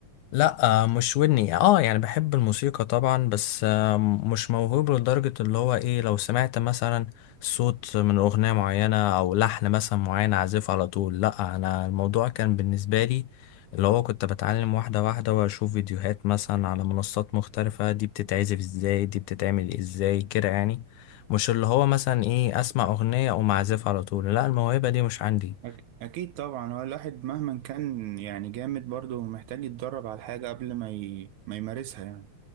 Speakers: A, on the left; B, on the right.
A: لا آه، مش ودني اه يعني بحب الموسيقى طبعا بس آه، مش موهوب لدرجة اللي هو ايه لو سمعت مثلا صوت من أغنية معينة أو لحن مثلا معين أعزفه على طول لا أنا الموضوع كان بالنسبة لي اللي هو كنت بتعلم واحدة واحدة وأشوف فيديوهات مثلا على منصات مختلفة دي بتتعزف ازاي دي بتتعمل ازاي كده يعني مش اللي هو مثلا ايه أسمع أغنية أقوم أعزفها على طول لا الموهبة دي مش عندي
B: أك... اكيد طبعا هو الواحد مهما كان يعني جامد برضه محتاج يتدرب على الحاجة قبل ما ي... ما يمارسها يعني